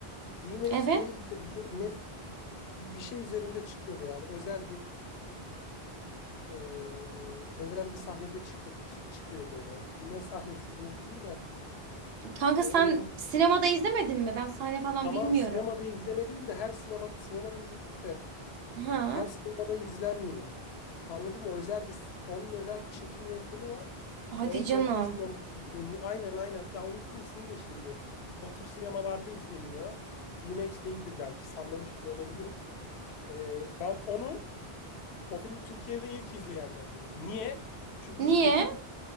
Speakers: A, on the left; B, on the right.
A: D-Max
B: Evet.
A: değildi de ne, ne- bir, bir şey üzerinde çıkıyordu yani. Özel bir eee, özel bir sahnede çıkı- çı- çıkıyordu o. Ne sahnesiydi unuttum da.
B: Kanka
A: E,
B: sen
A: Öyle bir
B: sinemada izlemedin mi? Ben sahne falan
A: tamam
B: bilmiyorum.
A: sinemada izlemedim de her sinema sinemada izledim de
B: Ha?
A: her sinemada izlenmiyor. Anladın mı? O Özel bir onun özel bir çekim yöntemi var.
B: Hadi
A: O
B: canım.
A: o tür sinemada izleniyor. Aynen aynen. Ya unuttum ismini de şimdi. O tür sinemalarda izleniyor. DMX değildir belki. Sallamış bile olabilirim. Ee, ben onu o filmi Türkiye'de ilk izleyenlerdenim. Niye? Çünkü
B: Niye?
A: biz gece git